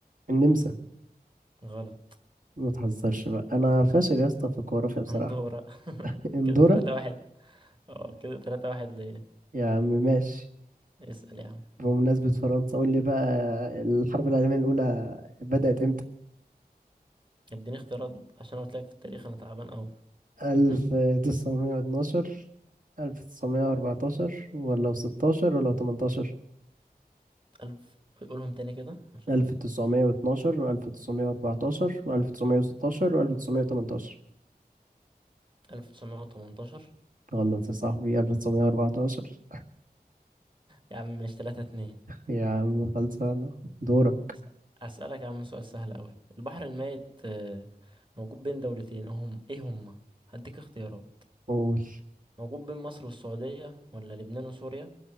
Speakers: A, on the right (about 55°); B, on the right (about 30°).
A: النمسا
B: غلط
A: ما تهزرش بقى أنا فاشل يا اسطى في الجغرافيا بصراحة
B: اندورا <laughs>
A: اندورا
B: كده تلاتة واحد اه كده تلاتة واحد ليه
A: يا عم ماشي
B: اسأل يا عم
A: بمناسبة فرنسا قول لي بقى الحرب العالمية الأولى بدأت امتى؟
B: اديني اختيارات عشان قلت لك في التاريخ انا تعبان اوي
A: 1912
B: <laughs>
A: 1914 ولا 16 ولا 18
B: ألف قولهم تاني كده عشان
A: 1912 و1914 و1916 و1918
B: ألف تسعمائة وتمنتاشر
A: غلط يا صاحبي 1914
B: يا عم مش تلاتة اتنين
A: يا عم خلصانة دورك
B: أس- أسألك يا عم سؤال سهل أوي البحر الميت آه، موجود بين دولتين هم إيه هما هديك اختيارات
A: قول
B: موجود بين مصر والسعودية ولا لبنان وسوريا